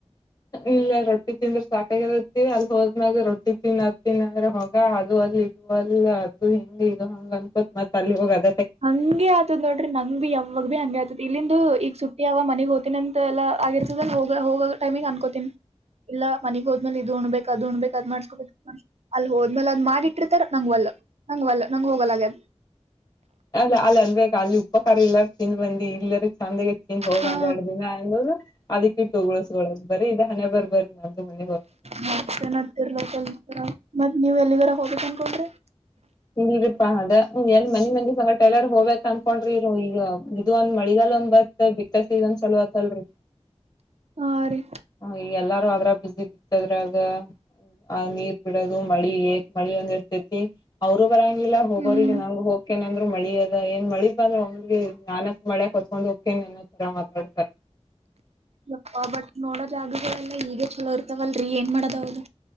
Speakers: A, on the left; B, on the right.
A: ಇಲ್ಲ ರೊಟ್ಟಿ ತಿಂದ್ರ ಸಾಕ್ ಗವಿ ಅಲ್ಲಿ ಹೋದ್ಮ್ಯಾಗ ರೊಟ್ಟಿ ತಿನ್ ಅದ್ ತಿನ್ನಂದ್ರೆ ಹೋಗ ಅದು ಅಲ್ಲಿ ಇದು ಅಲ್ ಅದು ಹಿಂಗ ಇದು ಹಂಗ ಅನ್ಕೋತ್ ಮತ್ತ ಅಲ್ಲಿ ಹೋಗ ಅ
B: ಹಂಗೆ ಆತದ್ ನೋಡ್ರಿ ನಂಗ್ ಬಿ ಯಾವಾಗ ಬಿ ಹಂಗೆ ಆತದ್ ಇಲ್ಲಿಂದು ಈಗ ಸುಟ್ಟಿ ಅವ ಮನೆಗ್ ಹೋತಿನಿ ಅಂತೆ ಎಲ್ಲಾ ಆಗಿರ್ತದ ಹೋಗ ಹೋಗ ಟೈಮಿಗ್ ಅನ್ಕೋತಿನ್ ಇಲ್ಲ ಮನೆಗ್ ಹೋದ್ಮೆಲೆ ಇದು ಉಣ್ಬೇ ಅದ್ ಉಣ್ಬೇಕ್ ಅದ್ ಮಾಡ್ಸ್ಕೋಬೇಕ್ ಅಲ್ಲಿ ಹೋದ್ಮೇಲೆ ಅದ್ ಮಾಡಿಟ್ಟಿರ್ತಾರ ನಂಗ್ವಲ್ಲ ನಂಗ್ವಲ್ಲ ನಂಗ ಹೋಗಲ್ ಆಗ್ಯದ್
A: ಅಲ್ಲ ಅಲ್ಲಿ ಅನ್ಬೇಕ ಅಲ್ಲಿ ಉಪ್ಪ ಕಾರ ಎಲ್ಲಾರು ತಿಂದ ಬಂದಿ ಇಲ್ಲರ ತಂದೆಗೆ ತಿಂದ್ ಹೋಗ
B: ಹಾ
A: ಒಂದೆರಡು ದಿನ ಅನ್ನೊದು ಅದಿಕ್ಕಿಟ್ಟು ಉಗುಳಿಸ್ ಕೊಳ್ಳೋದ್ ಬರೀ ಇದ ಹಣೇಬರ್ ಬರ್ದ್ <unintelligible>
B: ಮತ್ತಏನ ಹತ್ತರ್ಲ <unintelligible> ಮತ್ ನೀವ್ ಎಲ್ಲಿವರ ಹೋಗಬೇಕ್ ಅನ್ಕೊಂಡ್ರಿ.
A: ಇ ಇಪಾ ಅದ ಎಲ್ಲಿ ಮನಿ ಮಂದಿ ಸಂಗ ಟೈಲರ್ ಹೋಗ್ಬೇಕಕ್ ಅನ್ಕೊಂಡ್ರಿ ಇ ಈಗ ಇದು ಒಂದ್ ಮಳಿಗಾಲ ಒಂದ್ ಬರ್ ಬಿತ ಸೀಸನ್ ಚಲೋ ಆತಲ್ರಿ
B: ಹಾ ರೀ
A: ಈ ಎಲ್ಲಾ ಅ್ರ ಬಿಸಿ ಬಿತ್ತದ್ರಾಗ ಆ ನೀರ್ ಬಿಡೋದು ಮಳಿ ಮಳಿ ಒಂದ ಇರ್ತತಿ ಅವರು ಬರಂಗಿಲ್ಲ ಹೋಗಿರಿ
B: ಹ್ಮ್
A: ನಾ ಹೋಗಕೆ ನ ಮಳಿ ಅದ ಏನ್ ಮಳಿ ಬಂದ್ರ ನಾಲಕ್ ಮಳ್ಯಕ್ ಹೊತ್ಕೊಂಡ್ ಕೆನ್ನ ತರ ಮಾತಾಡ್ತಾರ.
B: ಯಪ್ಪ ಬಟ್ ನೋಡೋದ ಆಾಗೆಲ್ಲ ಈಗ ಚಲೋ ಇರ್ತವಲ್ರರಿ ಏನ್ ಮಾಡೋದ ಅವಾಗ.